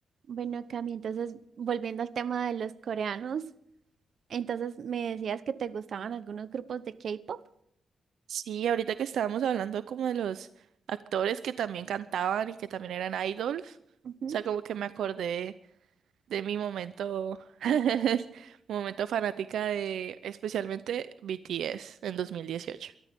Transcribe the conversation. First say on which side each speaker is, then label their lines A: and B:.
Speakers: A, on the right; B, on the right.
A: Bueno, Cami, entonces volviendo al tema de los coreanos, entonces me decías que te gustaban algunos grupos de K-pop.
B: Sí, ahorita que estábamos hablando como de los actores que también cantaban y que también eran idols, o
A: Ujú.
B: sea, como que me acordé de mi momento, <laughs> momento fanática de especialmente BTS en 2018.